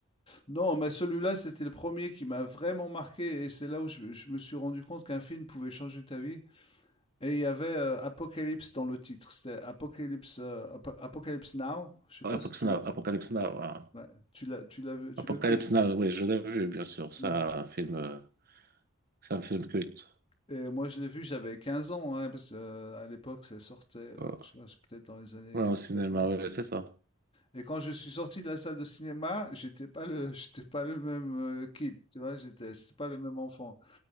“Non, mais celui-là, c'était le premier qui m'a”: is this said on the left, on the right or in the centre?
Left